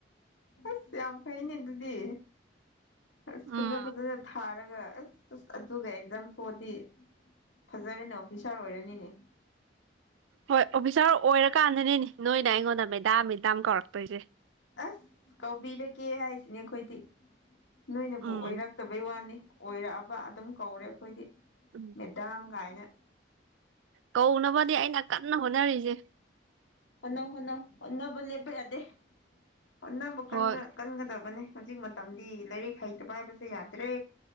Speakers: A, on the left (about 80°); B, on the right (about 85°).
A: ꯑꯁ ꯌꯥꯝ ꯐꯩꯅꯦ ꯑꯗꯨꯗꯤ ꯑꯁ
B: ꯎꯝ
A: ꯐꯖ ꯐꯖꯅ ꯊꯥꯔꯒ ꯑꯗꯨꯒ ꯑꯁ ꯑꯁ ꯑꯗꯨꯒ ꯑꯦꯛꯖꯥꯝ ꯊꯣꯛꯑꯗꯤ ꯐꯖꯔꯅꯦ ꯑꯣꯐꯤꯁꯥꯔ ꯑꯣꯏꯔꯅꯤꯅꯦ ꯎ
B: ꯍꯣꯏ ꯑꯣꯐꯤꯁꯥꯔ ꯑꯣꯏꯔꯀꯥꯟꯗꯅꯤꯅꯦ ꯅꯣꯏꯅ ꯑꯩꯉꯣꯟꯗ ꯃꯦꯗꯥꯝ ꯃꯦꯗꯥꯝ ꯀꯧꯔꯛꯇꯣꯏꯁꯦ
A: ꯑꯁ ꯀꯧꯕꯤꯔꯒꯦ ꯍꯥꯏꯁꯤꯅꯦ ꯑꯩꯈꯣꯏꯗꯤ ꯅꯣꯏꯅꯕꯨ
B: ꯎꯝ
A: ꯑꯣꯏꯔꯛꯇꯕꯩ ꯋꯥꯅꯤ ꯑꯣꯏꯔꯛꯑꯕ ꯑꯗꯨꯝ ꯀꯧꯔꯦ ꯑꯩꯈꯣꯏꯗꯤ
B: ꯎꯝ
A: ꯃꯗꯥꯝ ꯀꯥꯏꯅ
B: ꯀꯧꯅꯕꯗꯤ ꯑꯩꯅ ꯀꯟꯅ ꯍꯣꯠꯅꯔꯤꯁꯦ
A: ꯍꯣꯠꯟꯅꯧ ꯍꯣꯟꯅꯧ ꯍꯣꯠꯅꯕ ꯂꯦꯞꯄ ꯌꯥꯗꯦ ꯍꯣꯠꯅꯕ ꯀꯕ
B: ꯍꯣꯏ
A: ꯀꯟꯒꯗꯕꯅꯤ ꯍꯧꯖꯤꯛ ꯃꯇꯝꯗꯤ ꯂꯥꯏꯔꯤꯛ ꯍꯩꯇꯕ ꯍꯥꯏꯕꯁꯦ ꯌꯥꯗ꯭ꯔꯦ